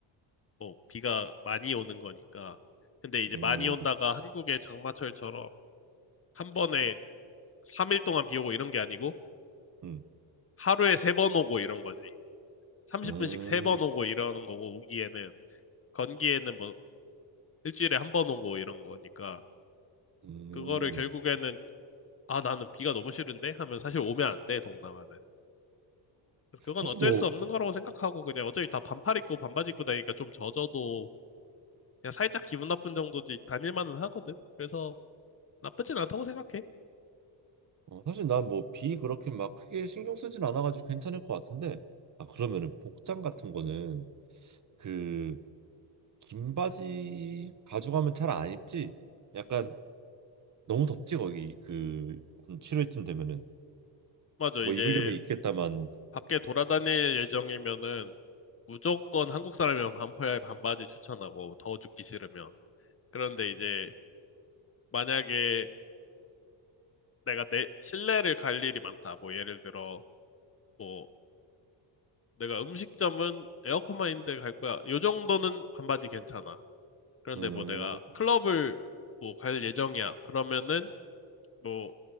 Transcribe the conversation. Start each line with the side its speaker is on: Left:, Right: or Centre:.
Left: 뭐 비가 많이 오는 거니까. 근데 이제
Right: 음,
Left: 많이 온다가 한국의 장마철처럼 한 번에 3일 동안 비 오고 이런 게 아니고,
Right: 음,
Left: 하루에 3번 오고 이런 거지. 30분씩
Right: 음,
Left: 3번
Right: 음.
Left: 오고 이러는 거고, 우기에는. 건기에는 뭐 일주일에 한 번 오고 이런 거니까.
Right: 음, 음.
Left: 그거를 결국에는, 아, 나는 비가 너무 싫은데? 하면 사실 오면 안 돼, 동남아는. 그래서 그건
Right: 사실
Left: 어쩔
Right: 뭐
Left: 수 없는 거라고 생각하고 그냥 어차피 다 반팔 입고 반바지 입고 다니니까 좀 젖어도 그냥 살짝 기분 나쁜 정도지 다닐만은 하거든. 그래서 나쁘진 않다고 생각해.
Right: 어, 사실 난 뭐 비 그렇게 막 크게 신경 쓰진 않아가지고 괜찮을 것 같은데 아 그러면은 복장 같은 거는 그 긴 바지 가져가면 잘 안 입지? 약간 너무 덥지 거기 그 한 7월쯤 되면은
Left: 맞아.
Right: 뭐
Left: 이제
Right: 입으려면 입겠다만
Left: 밖에 돌아다닐 예정이면은 무조건 한국 사람이면 반팔 반바지 추천하고 더워 죽기 싫으면. 그런데 이제 만약에 내가 내 실내를 갈 일이 많다. 뭐 예를 들어 뭐 내가 음식점은 에어컨만 있는데 갈 거야. 요 정도는 반바지 괜찮아. 그런데
Right: 응응응
Left: 뭐 내가
Right: 응 응 응
Left: 클럽을 뭐 갈 예정이야. 그러면은 뭐